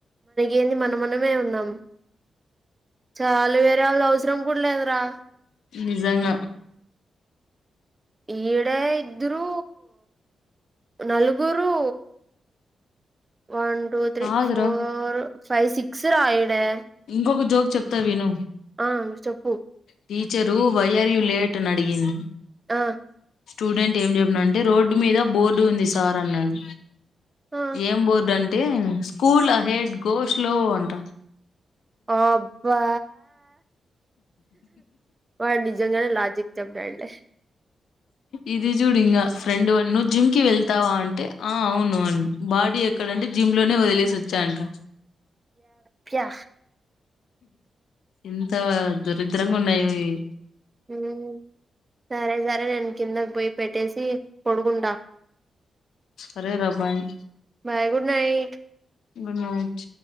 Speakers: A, on the right; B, on the left.
A: ఏంది మనమనమే ఉన్నాం చాలు వేరే వాళ్ళవ్సరం కూడ్ లేద్రా
B: నిజంగ
A: ఈడే ఇద్దురూ నలుగురూ వన్ టూ త్రి
B: కాదురా
A: ఫోర్ ఫైవ్ సిక్స్ రా ఈడె
B: ఇంకొక జోక్ చెప్త విను
A: ఆన్ చెప్పు
B: టీచరూ వైయ్యారువ్ లేట్ అనడిగింది
A: అ
B: స్టూడెంట్ ఏం జెప్న అంటె రోడ్డు మీద బోర్డు ఉంది సార్ అన్నాడు
A: ఆ
B: ఏం బోర్డంటే స్కూల్ అహెడ్ గోష్లో అంట
A: ఆబ్బా వాడ్ నిజంగనే లాజిక్ చెప్పినాడ్లె
B: ఇది జూడింగా ఫ్రెండువన్ నువ్ జిమ్కి వెళ్తావా అంటె ఆ ఔను అన్ బాడి ఎక్కడంటె జిమ్లొనె వదిలేసొచ్చా అంట
A: ప్య
B: ఎంతా దరిద్రంగున్నాయొ ఇవి
A: ఊమ్ సరె సరె నేన్ కిందక్ పొయ్ పెట్టేసి పొడుకుంట
B: సరే రా బాయ్
A: బాయ్ గుడ్నైట్
B: గుడ్నైట్